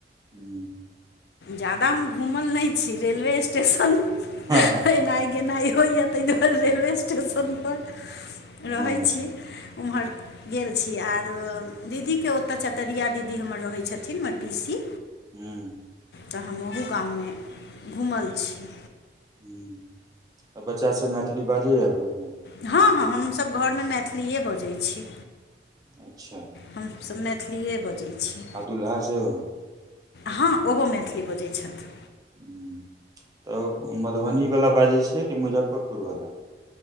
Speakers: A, on the right (about 20°); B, on the left (about 65°).
A: हूँ।
B: ज्यादा हम घूमल नै छी रेलवे स्टेशन।
A: हँ हँ।
B: एनाइ गेनाइ होइया ताहि दुआरे रेलवे स्टेशन पर
A: हँ
B: रहै
A: हूँ
B: छी। उमहर। गेल छी आर दीदीके ओतय चतरिया दीदी हमर रहै छथिन हमर पी सी
A: हूँ
B: तऽ हम ओहो गाममे घुमल छी
A: हूँ त बच्चासब मैथिली बाजैए घरमे
B: हँ हँ हमसब घरमे मैथिलीए बजै छी
A: अच्छा
B: हमसब मैथिलीए बजै छी
A: आ दुल्हा सेहो
B: हँ ओहो मैथिली बजै छथि
A: हूँ तऽ मधुबनीवला बाजै छियै कि मुजफ्फरपुरवला